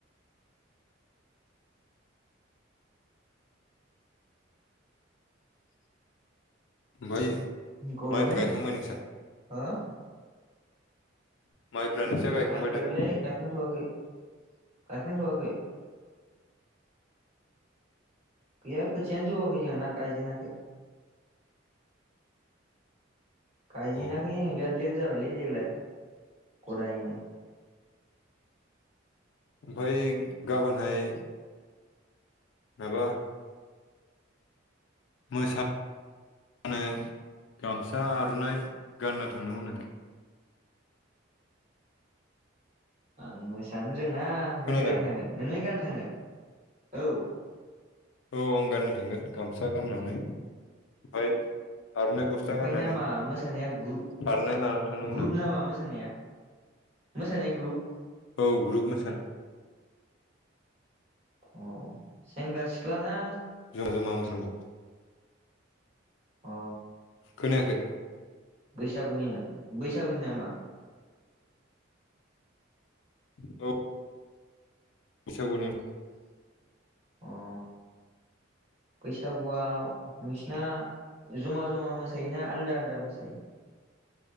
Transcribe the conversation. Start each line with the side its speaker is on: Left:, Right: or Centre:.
Left: ओमफ्राय
Right: गरमलै
Left: माइफ्रा गायखांबाय नोंसा?
Right: हो
Left: माइफ्रा नोंस्रा गायखांबाय
Right: माइफोरालाय
Left: दा
Right: गायखांथ'वाखै गायखांथ'वाखै गैया खोथियानो जौाखै जों ना गायजेनाखै गायजेनाखैनो
Left: अ अ
Right: बिराद लेथ जाबायलै देग्लाय गदायनो
Left: ओमफफ्राय गाबोनहाय माबा मोसा मानो गामसा आर'नाइ गाननो थांनो मोनो?
Right: आं मोसानोनो रोङा बोरै
Left: खोनादों
Right: गान थांगोन नोंलाय गान थाङो औ
Left: औ आं गाननो थांगोन गामसा गाननानै ओमफ्राय आर'नाइ गस्ला
Right: ओमफफ्राय
Left: गाननानै
Right: नामा मोसानाया गु-ग्रुप
Left: आर'नाइ लाना थांनांगौनो
Right: नामा मोसानाया मोसानाया ग्रुप
Left: औ ग्रुप मोसानाय
Right: अ सेंग्रा सिख्लाना
Left: जमा जमा मोसानांगौ
Right: अ
Left: खोनायाखै
Right: बैसागुनि बैसागुनि नामा
Left: अ बैसागुनि
Right: अ बैसागुआव नोंसिना जमा जमा मोसायोना आलदा आलदा मोसायो